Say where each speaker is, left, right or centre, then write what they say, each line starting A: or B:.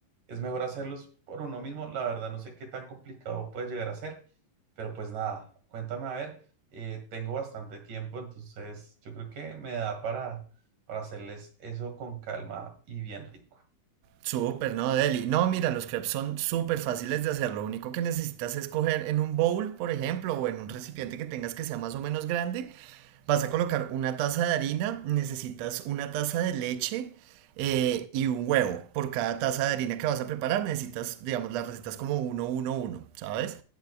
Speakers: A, on the right (about 70°); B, on the right (about 90°).
A: es mejor hacerlos por uno mismo. La verdad no sé qué tan complicado puede llegar a ser, pero pues nada, cuéntame a ver. eh, tengo bastante tiempo, entonces yo creo que me da para, para hacerles eso con calma y bien rico.
B: Súper, ¿no, Deli? No, mira, los crepes son súper fáciles de hacer. Lo único que necesitas es coger en un bowl, por ejemplo, o en un recipiente que tengas que sea más o menos grande Vas a colocar una taza de harina, necesitas una taza de leche eh, y un huevo. Por cada taza de harina que vas a preparar, necesitas, digamos, las recetas como uno uno uno ¿sabes?